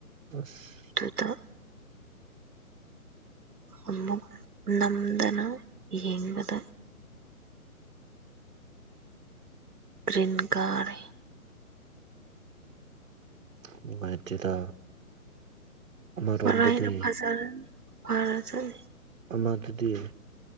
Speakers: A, on the right; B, on the right.
A: ꯑꯁ
B: ꯑꯗꯨꯗ ꯑꯃꯨꯛ ꯅꯝꯗꯅ ꯌꯦꯡꯕꯗ ꯒꯔꯤꯟ ꯀꯥꯔꯦ
A: ꯅꯨꯡꯉꯥꯏꯇꯦꯗ ꯑꯃꯔꯣꯝꯗꯗꯤ
B: ꯃꯔꯥꯏꯅ ꯐꯖꯔꯅꯤ ꯐꯖꯅꯤ
A: ꯑꯃꯗꯨꯗꯤ